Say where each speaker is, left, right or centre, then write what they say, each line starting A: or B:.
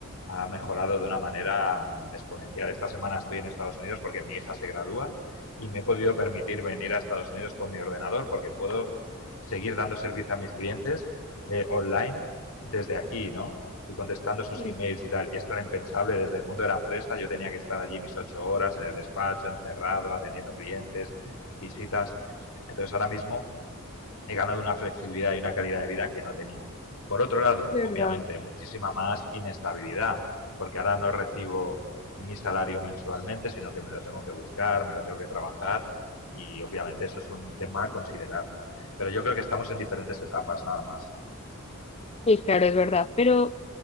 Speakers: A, on the left (about 85°); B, on the left (about 30°).
A: ha mejorado de una manera exponencial. Esta semana estoy en Estados Unidos porque mi hija se gradúa y me he podido permitir venir a Estados Unidos con mi ordenador porque puedo seguir dando servicio a mis clientes eh, online desde aquí, ¿no? Y contestando sus
B: Sí.
A: emails y tal. Y esto era impensable desde el mundo de la empresa. Yo tenía que estar allí mis ocho horas en el despacho, encerrado, atendiendo clientes, visitas. Entonces ahora mismo he ganado una flexibilidad y una calidad de vida que no tenía. Por otro lado,
B: Es verdad.
A: obviamente, muchísima más inestabilidad, porque ahora no recibo mi salario mensualmente, sino que me lo tengo que buscar, me lo tengo que trabajar y obviamente eso es un tema a considerar. Pero yo creo que estamos en diferentes etapas, nada más.
B: Sí, claro, es verdad, pero